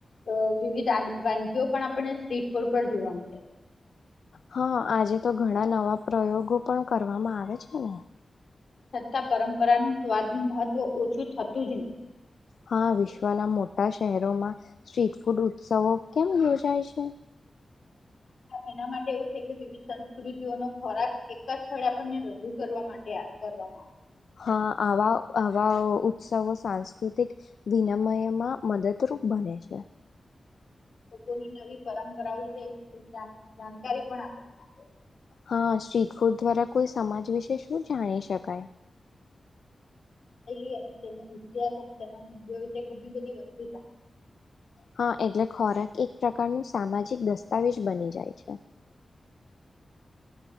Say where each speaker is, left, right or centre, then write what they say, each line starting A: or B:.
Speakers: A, on the left (about 60°); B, on the left (about 75°).
A: અ વિવિધ વાનગીઓ પણ આપણે સ્ટ્રીટ ફોડ પર જોવા મળે છે.
B: હા આજે તો ઘણા નવા પ્રયોગો પણ કરવામાં આવે છે ને.
A: છતાં પરંપરાનું સ્વાદ નું મહત્વ ઓછું થતું જ નહી.
B: હા વિશ્વના મોટા શહેરોમાં સ્ટ્રીટ ફૂડ ઉત્સવો કેમ યોજાય છે?
A: એના માટે એવું છે કે વિવિધ સંસ્કૃતિઓનો ખોરાક એક જ સ્થળે આપણને રજૂ કરવા માટે આવકરવામાં આવે.
B: હા આવા આવા ઉત્સવો સાંસ્કૃતિક વિનિમયમાં મદદરૂપ બને છે.
A: લોકોની નવી પરંપરા વિશે છે જાણ જાણકારી પણ આપે. છે.
B: હા, સ્ટ્રીટ ફૂડ દ્વારા કોઈ સમાજ વિશે શું જાણી શકાય?
A: એ અને તેનો ઇતિહાસ અને તેના મલ્યો ઘણી બધી વસ્તુ જાણ
B: હા એટલે ખોરાક એક પ્રકાર નું સામાજિક દસ્તાવેજ બની જાય છે.